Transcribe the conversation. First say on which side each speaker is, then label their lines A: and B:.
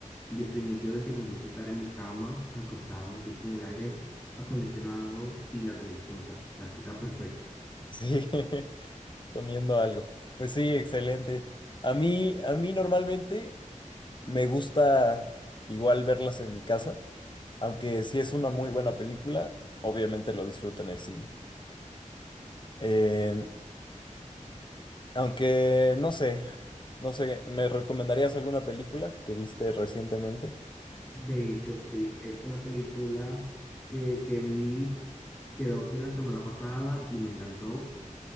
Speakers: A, on the left; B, on the left.
A: yo soy mucho de que me gusta estar en mi cama, acostado así con el aire acondicionado y la televisión, o sea, la cita perfecta.
B: Sí. <laughs> Comiendo algo. Pues sí, excelente. A mí, a mí normalmente me gusta igual verlas en mi casa, aunque si es una muy buena película, obviamente lo disfruto en el cine. Eh, aunque no sé, no sé, ¿me recomendarías alguna película que viste recientemente?
A: De hecho, sí, es una película que, que vi creo que la semana pasada y me encantó.